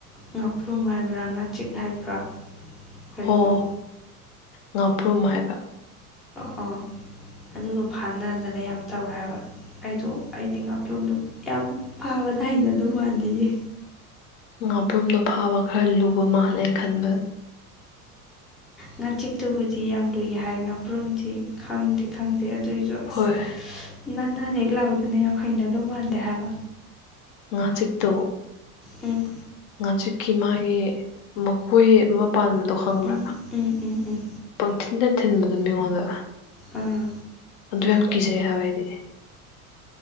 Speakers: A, in the centre; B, on the left.
A: ꯉꯥꯄ꯭ꯔꯨꯝ ꯍꯥꯏꯕ꯭ꯔꯥ ꯉꯥꯆꯤꯛ ꯍꯥꯏꯕ꯭ꯔꯥ ꯀꯔꯤꯅꯣ
B: ꯑꯣ ꯉꯥꯄ꯭ꯔꯨꯝ ꯍꯥꯏꯕ
A: ꯣꯑꯣ ꯑꯗꯨꯒ ꯐꯥꯅꯗꯅ ꯌꯥꯝ ꯇꯧꯋꯦ ꯍꯥꯏꯕ ꯑꯩꯗꯣ ꯑꯩꯗꯤ ꯉ ꯄꯔꯨꯝꯗꯣ ꯌꯥꯝ ꯐꯥꯕꯗ ꯍꯩꯅꯗꯧ ꯃꯟꯗꯤꯌꯦ
B: ꯉꯥꯄ꯭ꯔꯨꯝꯗꯣ ꯐꯥꯕ ꯈꯔ ꯂꯨꯕ ꯃꯥꯜꯂꯦ ꯑꯩꯅꯥ ꯈꯟꯕꯗ
A: ꯉꯥꯆꯤꯛꯇꯨꯕꯨꯗꯤ ꯌꯥꯝ ꯂꯨꯏ ꯍꯥꯏ ꯉꯥꯄ꯭ꯔꯨꯝꯗꯤ ꯈꯪꯗꯤ ꯈꯪꯗꯦ ꯑꯗꯨꯑꯣꯏꯁꯨ ꯑꯁ
B: ꯍꯣꯏ
A: ꯅꯥꯟ ꯅꯥꯟ ꯍꯦꯛ ꯍꯦꯛ ꯂꯥꯎꯗꯅ ꯌꯥꯝ ꯍꯩꯅꯗꯧ ꯃꯥꯟꯗꯦ ꯍꯥꯏꯕ
B: ꯉꯥꯆꯤꯛꯇꯣ
A: ꯎꯝ
B: ꯉꯥꯆꯤꯛꯀꯤ ꯃꯥꯒꯤ ꯃꯈꯣꯏ ꯑꯃ ꯄꯥꯟꯕꯗꯣ ꯈꯪꯕ꯭ꯔꯥ
A: ꯎꯝ ꯎꯝ ꯎꯝ ꯎꯝ
B: ꯄꯪꯊꯤꯟꯗ ꯊꯤꯟꯕꯗꯨ ꯃꯤꯉꯣꯟꯗ
A: ꯑꯥ
B: ꯑꯗꯨ ꯌꯥꯝ ꯀꯤꯖꯩ ꯍꯥꯏꯋꯥꯏꯗꯤ